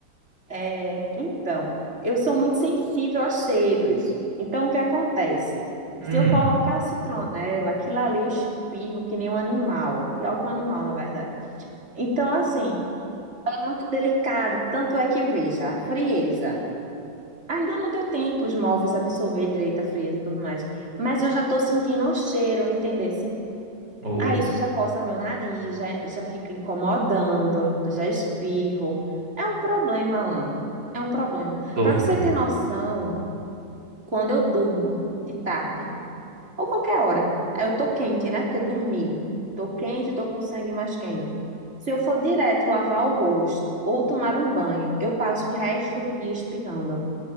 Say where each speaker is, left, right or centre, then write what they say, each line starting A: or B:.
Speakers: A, on the right (about 40°); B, on the right (about 65°).
A: É, então, eu sou muito sensível a cheiros. Então, o que acontece?
B: Hum,
A: Se eu colocar citronela, aquilo ali eu espirro que nem um animal, pior que um animal, na verdade. Então, assim, é muito delicado, tanto é que veja, a frieza. Ainda não deu tempo os móveis absorver direito a frieza e tudo mais. Mas eu já tô sentindo o cheiro, entendesse?
B: o-
A: Ah, isso já coça meu nariz, já, já fica incomodando, já espirro. É um problema, Alan. É um problema.
B: tô
A: Para
B: vendo.
A: você ter noção, quando eu durmo de tarde, ou qualquer hora, aí eu tô quente, né? Porque eu dormi. Tô quente, tô com sangue mais quente. Se eu for direto lavar o rosto ou tomar um banho, eu passo o resto do dia espirrando